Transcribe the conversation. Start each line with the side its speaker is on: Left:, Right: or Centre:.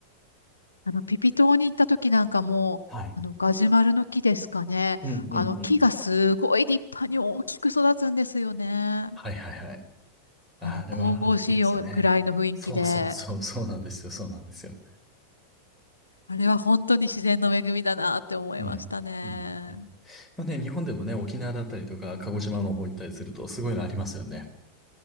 Left: あの、ピピ島に行った時なんかもあの、
Centre: はい。
Left: ガジュマルの木ですかね。
Centre: うんうんうん。
Left: あの、木がすごい立派に大きく育つんですよね。
Centre: はいはいはい。あれは、
Left: あの、神々しいよくらいの雰囲気で、
Centre: いいですね。そうそうそう、そうなんですよ、そうなんですよ。
Left: あれは本当に自然の恵みだなって思いましたね。
Centre: うん。うんうん。まあね、日本でもね、沖縄だったりとか、鹿児島の方行ったりすると、すごいのありますよね。